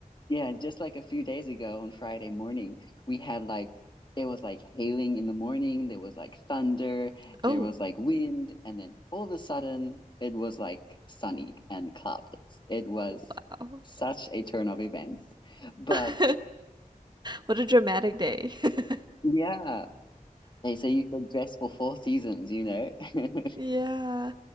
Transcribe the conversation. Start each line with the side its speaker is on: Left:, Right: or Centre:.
Left: Yeah, just like a few days ago on Friday morning, we had like it was like hailing in the morning, there was like thunder,
Right: Oh,
Left: there was like wind, and then all of a sudden it was like sunny and cloudless. It was
Right: wow.
Left: such a turn of events. But
Right: <laughs> What a dramatic day. <laughs>
Left: yeah, they say you could dress for four seasons, you know. <laughs>
Right: Yeah.